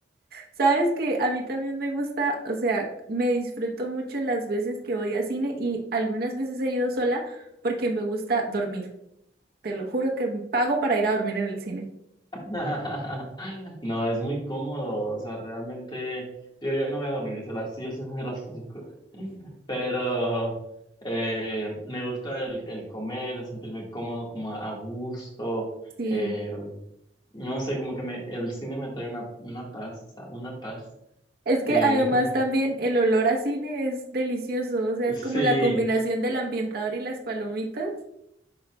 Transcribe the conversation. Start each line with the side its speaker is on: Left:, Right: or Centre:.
Right: Sabes que a mí también me gusta, o sea, me disfruto mucho las veces que voy a cine y algunas veces he ido sola porque me gusta dormir. Te lo juro que pago para ir a dormir en el cine.
Left: <laughs> No, es muy cómodo, o sea, realmente yo ya no voy a dormir, se las, yo sé de las películas, pero eh, me gusta el, el comer, el sentirme cómodo, como a gusto,
Right: Sí.
Left: eh, no sé, como que me, el cine me trae una, una paz, una paz.
Right: Es que
Left: eh,
Right: además
Left: mm,
Right: también el olor a cine es delicioso. O sea, es
Left: sí,
Right: como la combinación del ambientador y las palomitas.